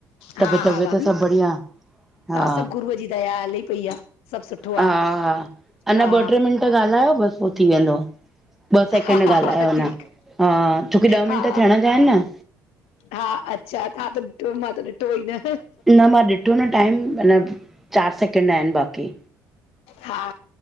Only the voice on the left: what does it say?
हा
हा भाभी
सभु गुरूअ जी दया हले पई आ, सभु सुठो
आ,
हा
हा
हा हा हा
ठीकु
हा
हा अच्छा तवां त ॾिठो मां त ॾिठो ई न।
हा